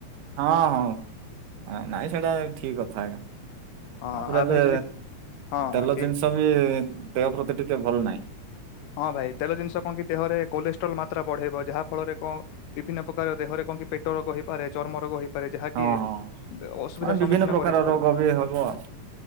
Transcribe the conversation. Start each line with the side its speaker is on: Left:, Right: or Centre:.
Right: ହଁ ହଁ ନାଇଁ ସେଇଟା ଠିକ କଥା ଆଞା।
Left: ହଁ
Right: ତାପରେ
Left: ଆଉ
Right: ଏବେ
Left: ଭାଇ ଯଦି ହଁ
Right: ତେଲ
Left: ଠିକ
Right: ଜିନିଷ ବି ଦେହ ପ୍ରତି ଟିକେ ଭଲ ନାହିଁ।
Left: ହଁ ଭାଇ ତେଲ ଜିନିଷ କଣ କି ଦେହରେ କୋଲେଷ୍ଟ୍ରୋଲ ମାତ୍ରା ବଢେଇବ ଯାହା ଫଳରେ କଣ ବିଭିନ୍ନ ପ୍ରକାର ଦେହରେ କଣ କିି ପେଟ ରୋଗ ହେଇପାରେ ଚର୍ମ ରୋଗ ହେଇ ଯାହାକି
Right: ହଁ ହଁ
Left: ଅସୁବିଧା
Right: ମାନେ
Left: ର
Right: ବିଭିନ୍ନ
Left: ସମ୍ମୁଖୀନ
Right: ପ୍ରକାର
Left: କରିବାକୁ
Right: ରୋଗ
Left: ପଡିବ।
Right: ବି ହବ ଆଉ